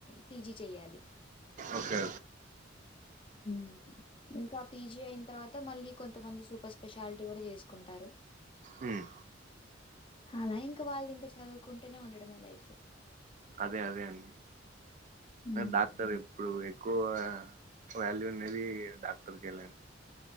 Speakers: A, on the left (about 30°); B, on the right (about 40°).
A: పీజీ చెయ్యాలి.
B: Okay okay.
A: ఉమ్మ్ ఇంకా పీజీ అయిన తర్వాత మళ్ళీ కొంతమంది సూపర్ స్పెషాలిటీ కూడా చేసుకుంటారు.
B: ఉమ్మ్
A: అలా ఇంకా వాళ్ళు ఇంకా చదువుకుంటేనే ఉండడమే లైఫ్.
B: అదే అదే అండి
A: హ్మ్.
B: డాక్టర్. ఇప్పుడు ఎక్కువ వాల్యూ ఉండేది డాక్టర్కి లెండి